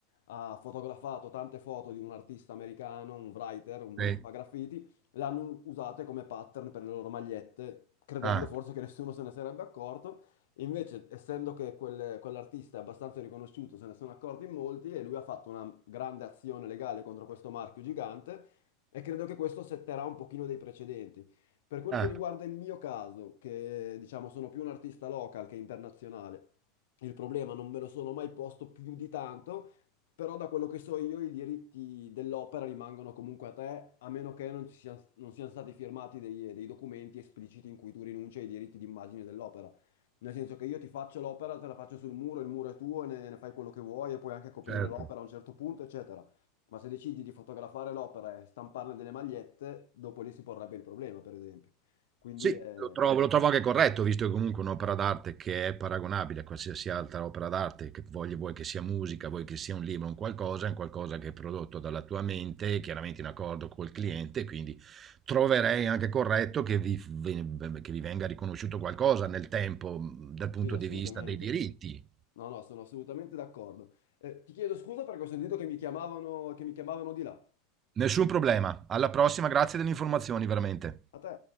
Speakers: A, on the left; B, on the right.
A: ha fotografato tante foto di un artista americano, un writer, uno
B: sì.
A: che fa graffiti, l'hanno usate come pattern per le loro magliette, credendo
B: Ah,
A: forse che nessuno se ne sarebbe accorto. Invece, essendo che quel- quell'artista è abbastanza riconosciuto, se ne sono accorti in molti e lui ha fatto una grande azione legale contro questo marchio gigante e credo che questo setterà un pochino dei precedenti. Per quel
B: ah,
A: che riguarda il mio caso, che diciamo sono più un artista local che internazionale, il problema non me lo sono mai posto più di tanto, però da quello che so io i diritti dell'opera rimangono comunque a te, a meno che non ci siano, non siano stati firmati dei, dei documenti espliciti in cui tu rinunci ai diritti d'immagine dell'opera. Nel senso che io ti faccio l'opera, te la faccio sul muro, il muro è tuo e ne, ne fai quello che vuoi e puoi anche coprire
B: certo.
A: l'opera a un certo punto, eccetera. Ma se decidi di fotografare l'opera e stamparne delle magliette, dopo lì si porrebbe il problema, per esempio. Quindi
B: Sì, Sì.
A: eh,
B: lo trovo, lo trovo anche corretto, visto che comunque è un'opera d'arte che è paragonabile a qualsiasi altra opera d'arte, che voglia- vuoi che sia musica, vuoi che sia un libro, un qualcosa, è un qualcosa che è prodotto dalla tua mente, chiaramente in accordo col cliente, quindi troverei anche corretto che vi, ve- che vi venga riconosciuto qualcosa nel tempo, mh, dal punto
A: sì, assolutamente.
B: di vista dei diritti.
A: No, no, sono assolutamente d'accordo. Eh, ti chiedo scusa perché ho sentito che mi chiamavano, che mi chiamavano di là.
B: Nessun problema. Alla prossima, grazie delle informazioni, veramente.
A: A te.